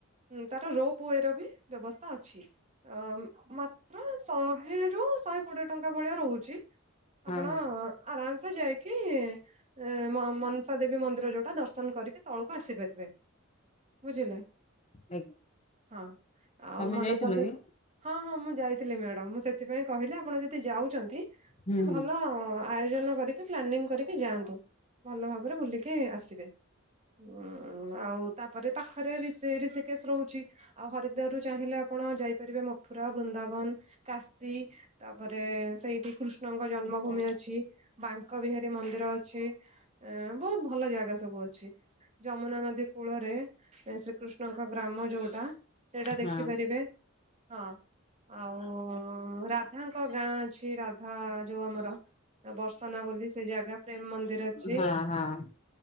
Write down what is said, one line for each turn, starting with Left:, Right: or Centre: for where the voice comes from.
Right: ଉଁ, ତାର ରୋପ ୱେର ବି ବ୍ୟବସ୍ଥା ଅଛି, ଅ, ମାତ୍ର ଶହେ ରୁ ଶହେ କୋଡିଏ ଟଙ୍କା ଭଳିଆ ରହୁଛି,
Left: ହଁ
Right: ଆପଣ
Left: ହଁ
Right: ଆରାମ ସେ ଯାଇକି ଏ ମ-ମନସା ଦେବୀ ମନ୍ଦିର ଯୋଉଟା ଦର୍ଶନ କରିକି ତଳକୁ ଆସିପାରିବେ। ବୁଝିଲେ?
Left: ଆଜ୍ଞା
Right: ହଁ ଆଉ
Left: ତମେ
Right: ମନସା
Left: ଯାଇଥିଲ
Right: ଦେ
Left: କି?
Right: ହଁ, ହଁ ମୁଁ ଯାଇଥିଲି ମ୍ୟାଡାମ୍, ମୁଁ ସେଥିପାଇଁ କହିଲି ଆପଣ ଯଦି ଯାଉଛନ୍ତି ଏଁ,
Left: ହୁଁ ହୁଁ
Right: ଭଲ ଓ ଆୟୋଜନ କରିକି ପ୍ଲାନିଂ କରିକି ଯାଆନ୍ତୁ ଭଲ ଭାବରେ ବୁଲିକି ଆସିବେ। ଉଁ, ଆଉ ତାପରେ ପାଖରେ ରିଷି ରଷିକେଶ ରହୁଛି। ଆଉ ହରିଦୁଆର ରୁ ଚାହିଁଲେ ଆପଣ ଯାଇପାରିବେ, ମଥୁରା, ବୃନ୍ଦାବନ। କାଶୀ ତାପରେ ସେଇଠି କୃଷ୍ଣଙ୍କ ଜନ୍ମଭୂମି
Left: ହଁ।
Right: ଅଛି। ବାଙ୍କ ବିହାରୀ ମନ୍ଦିର ଅଛି। ଏ ବହୁତ ଭଲ ଜାଗା ସବୁ ଅଛି, ଯମୁନା ନଦୀ କୂଳରେ ଏ ଶ୍ରୀକୃଷ୍ଣଙ୍କ ଗ୍ରାମ ଯୋଉଟା ସେଇଟା ଦେଖିପାରିବେ।
Left: ହଁ
Right: ହଁ ଆଉ ରା ଧାଙ୍କ ଗାଁ ଅଛି, ରାଧା ଯୋଉ ଆମର ଏ ବର୍ଷନା ବୋଲି ସେ ଜାଗା ପ୍ରେମ ମନ୍ଦିର ଅଛି।
Left: ହଁ ହଁ